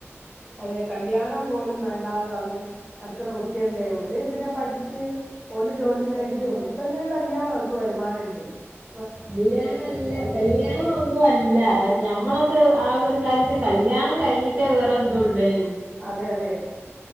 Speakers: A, in the centre; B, on the right.
A: അതെ കല്യാണം പോലും വേണ്ടാന്ന് പറഞ്ഞ് നടക്കുന്ന കുട്ടികളില്ലേ ഓല് പിന്നെ പഠിച്ച്
B: ഉം.
A: ഓല് ജോലി നേടി
B: സ്വന്തം
A: ഓൽക്ക്
B: കാലിൽ
A: എന്തിനാ കല്യാണം ഓൽക്ക് വരുമാനം ഉണ്ട് അ
B: കല്യാണം അല്ല കല്യാണം ഒന്നും അല്ല പ ഞമ്മളൊക്കെ ആകെ കാലത്ത് കല്യാണം കഴിഞ്ഞിട്ടേ വേറെ എന്തതു ഉള്ളൂ അതിനു
A: അതെ അതെ